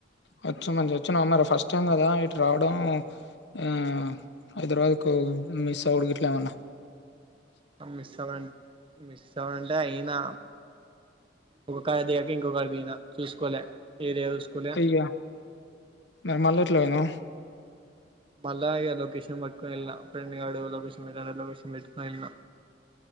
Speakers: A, on the left; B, on the right.
A: వచ్చా మంచిగా వచ్చా అన్నారు ఫస్ట్ టైం కదా ఇటు రావడం ఆ హైదరాబాద్ కు మిస్ అవడు ఇట్లామన్నా
B: మిస్ అవ్వాల మిస్ అవ్వాలంటే అయినా ఒక కాడ దిగక ఇంకో కాడ దిగిన చూసుకోలే ఏరియా చూసుకోలే
A: అయ్య మ మల్లెట్లవొయినవ్
B: మళ్ళా ఇఅ లొకేషన్ పట్టుకని వెళ్ళిన ఫ్రెండ్ గడు లొకేషన్ పెట్ లొకేషన్ పెట్టుకని వెళ్ళా